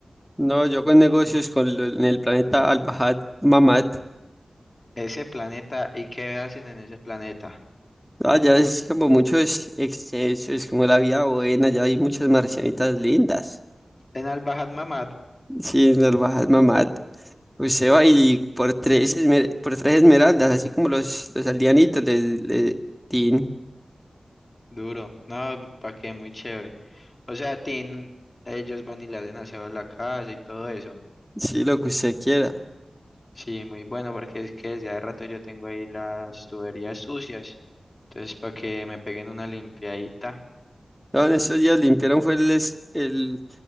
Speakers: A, in the centre; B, on the left.
A: No, yo con negocios con lo- en el planeta Al-Bahad Mamad.
B: Ese planeta, ¿y qué hacen en ese planeta?
A: Allá es como muchos excesos, como la vida buena, ya hay muchas marcianitas lindas.
B: En al Mamad,
A: Sí, en Al-Bahad Mamad. Usted va y por tres, esmer- por tres esmeraldas, así como los, los aldeanitos, le, le tin,
B: duro, no, pa' qué, muy chévere. O sea, Tin, ellos van y le hacen aseo a la casa y todo eso.
A: sí, lo que usted quiera.
B: Sí, muy bueno, porque es que desde hace rato yo tengo ahí las tuberías sucias. Entonces, para que me peguen una limpiadita.
A: No, en estos días limpiaron fue el, es- el,